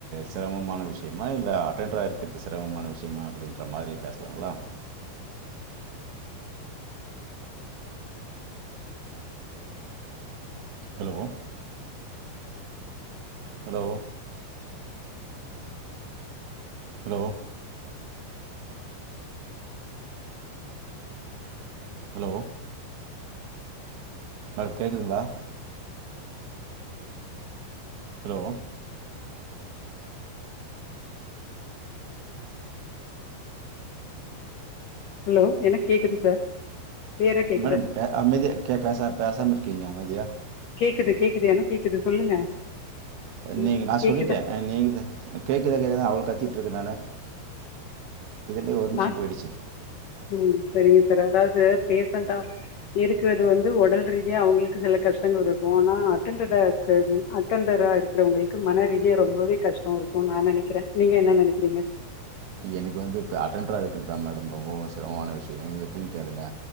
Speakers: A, on the right (about 75°); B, on the left (about 65°).
A: சிரமமான விஷயமா இல்ல அட்டன்டரா இருக்கிறது சிரமமான விஷயமா அப்படின் அந்த மாரி பேசலாங்ளா hello hello hello hello madam கேக்குதுங்ளா ஹலோ
B: ஹலோ எனக்கு கேக்குது சார் கிளியரா கேக்குது
A: மேடம் பே அமைதியாே கே பேசா பேசாம இருக்கீங்க அமைதியா
B: கேக்குது கேக்குது எனக்கு கேக்குது சொல்லுங்க ம்
A: நீங்க நா
B: கேக்குதா
A: சொல்லிட்டே ஆ நீங்க கேக்குதா கேக்குதான்னு அவள கத்திட்டு இருக்குறே நானு இதுலயே ஒரு நிமிஷோ
B: நா
A: போயிடுச்சு
B: ம் சரிங்க சார் அதாவது பேசண்டா இருக்குறது வந்து ஒடல் ரீதியா அவங்களுக்கு சில கஷ்டங்கள் இருக்கு ஆனா அட்டன்டர கது அட்டெண்டரா இருக்குறவங்களுக்கு மன ரீதியா ரொம்பவே கஷ்டோ இருக்குன்னு நா நெனைக்கிறே நீங்க என்ன நெனைக்கிறீங்க
A: எனக்கு வந்து இப்ப அட்டென்டரா இருக்கிறதுதா மேடம் ரொம்ப சிரமான விஷயோ இது எப்டின்னு கேளுங்க